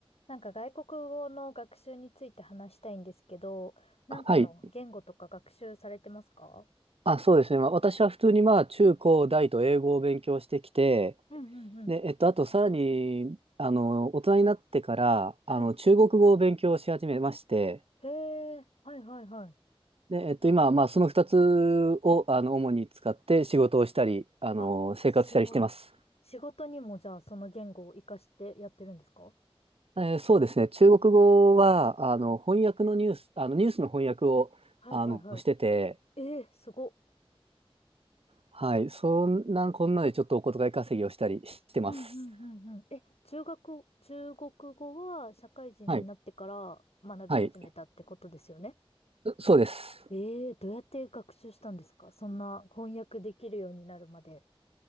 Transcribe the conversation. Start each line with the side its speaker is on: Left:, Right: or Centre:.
Left: なんか外国語の学習について話したいんですけど、なんかの言語とか学習されてますか
Right: はい。あ、そうですね。まあ、私は普通にまあ中高大と英語を勉強してきて、
Left: うんうんうん。
Right: で、えっと、あとさらに、あの、大人になってから、
Left: はい。
Right: あの、中国語を勉強し始めまして、
Left: へえ、はいはいはい。
Right: で、えっと、今はまあその2つを、あの、主に使って仕事をしたり、あの、
Left: あ、
Right: 生活したりしてます。
Left: すごい。仕事にもじゃあその言語を活かしてやってるんですか
Right: えーそうですね。中国語は、
Left: はい。
Right: あの、翻訳のニュース、あの、ニュースの翻訳を、
Left: はいはいは
Right: あの、してて、
Left: い。えー、すごっ。
Right: はい。そんな、こんなでちょっとお小遣い稼ぎをしたりしてます。
Left: うんうんうんうん。え、中学、中国語は社会人になってから学び始めたってことですよね
Right: はい。はい。そうです。
Left: えー、どうやって学習したんですかそんな翻訳できるようになるまで。